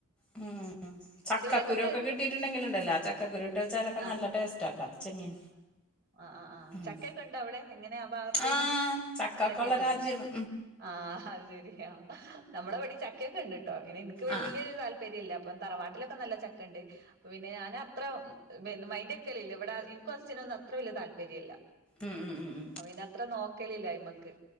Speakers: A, in the centre; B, on the right (about 45°).
A: ഉം ചക്കകുരുവൊക്കെ
B: എന്നിട്ട് പിന്നെ ഇത്
A: കിട്ടിട്ടുണ്ടെങ്കിലുണ്ടല്ലോ ചക്കക്കുരു ഇട്ട് വച്ചാലൊക്കെ
B: ആ
A: നല്ല ടേസ്റ്റാ ട്ടോ ചെമ്മീൻ
B: ആഹ് ആ ആ
A: ഉം
B: ചക്കെക്കെ ഇൻണ്ടോ അവിടെ എങ്ങനെ ആ ഭാഗത്ത്
A: ആഹ് ചക്കക്കൊള്ള
B: ചക്കൊക്കെ
A: രാജ്യാണ്
B: ഇണ്ടോ അഹ് ആ അത് ശെരി നമ്മളവിടീം ചക്കയൊക്കെ ഉണ്ട് ട്ടോ ഇങ്ങനെ എനിക്ക് വലിയൊരു
A: ആഹ്
B: താല്പര്യ ര്യയല്ല അപ്പം തറവാട്ടിലൊക്കെ നല്ല ചക്ക ഇണ്ട് പിന്നെ ഞാൻ അത്ര പിന്നെ മയിന്റ് വെക്കലില്ല എനിക്കും അച്ഛനൊന്നും അത്ര വലിയ താല്പര്യല്ല
A: ഉം ഉം ഉം ഉം ഉം
B: അപ്പ പിന്നെ അത്ര നോക്കലില്ല അയ്മക്ക്